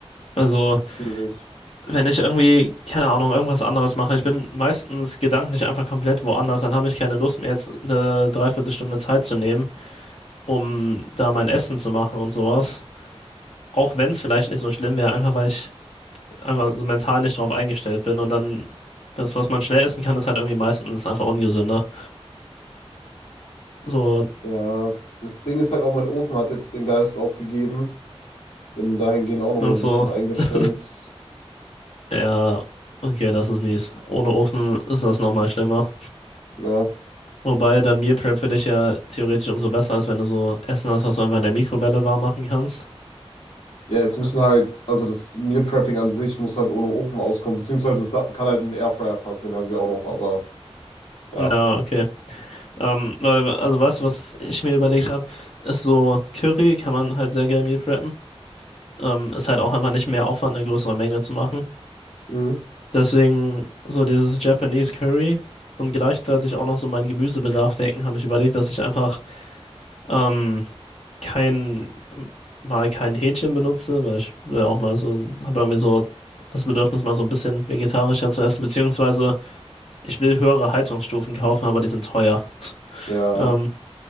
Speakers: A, on the left; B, on the left.
A: Also,
B: fühle ich.
A: wenn ich irgendwie, keine Ahnung, irgendwas anderes mache, ich bin meistens gedanklich einfach komplett woanders, dann habe ich keine Lust, mir jetzt eine Dreiviertelstunde Zeit zu nehmen, um da mein Essen zu machen und sowas. Auch wenn es vielleicht nicht so schlimm wäre, einfach weil ich einfach so mental nicht drauf eingestellt bin und dann das, was man schnell essen kann, ist halt irgendwie meistens einfach ungesünder. So,
B: Ja, das Ding ist halt auch, mein Ofen hat jetzt den Geist aufgegeben. Ich bin dahingehend auch noch
A: das
B: mal ein
A: ist so,
B: bisschen eingeschränkt.
A: <laughs> ja, okay, das ist mies. Ohne Ofen ist das nochmal schlimmer.
B: Ja.
A: Wobei dann Meal Prep für dich ja theoretisch umso besser ist, wenn du so Essen hast, was du einfach in der Mikrowelle warm machen kannst.
B: Ja, es müssen
A: Ja,
B: halt, also das Meal Prepping an sich muss halt ohne Ofen auskommen, beziehungsweise es da, kann halt ein Airfryer passen, den habe ich auch noch, aber ja.
A: Na, okay. Ähm, weil, also weißt du, was ich mir überlegt habe, ist so Curry kann man halt sehr geil Meal preppen. Ähm, ist halt auch einfach nicht mehr Aufwand, eine größere Menge zu machen.
B: Mhm.
A: Deswegen so dieses Japanese Curry und gleichzeitig auch noch so meinen Gemüsebedarf decken, habe ich überlegt, dass ich einfach ähm, kein, mal kein Hähnchen benutze, weil ich will auch mal so, habe irgendwie so das Bedürfnis, mal so ein bisschen vegetarischer zu essen, beziehungsweise ich will höhere Haltungsstufen kaufen, aber die sind teuer. <laughs>
B: Ja.
A: Ähm,